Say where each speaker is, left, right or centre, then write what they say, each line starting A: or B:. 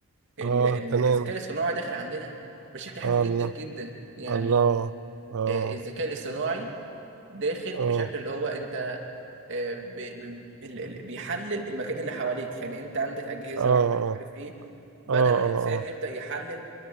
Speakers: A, on the right; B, on the right.
A: ال-
B: اه
A: ال-
B: تمام
A: الذكاء الصناعي داخل عندنا بشكل حلو
B: آه
A: جدا
B: الله
A: جدا يعني
B: الله اه
A: آه، الذكاء الاصطناعي داخل
B: اه
A: بشكل اللي هو انت آه، بي- بي- ال- ال- بيحلل المكان اللي حواليك يعني انت عندك اجهزه
B: اه
A: وعندك مش عارف ايه بدل
B: اه
A: ما
B: اه
A: الانسان
B: اه
A: يبدا يحلل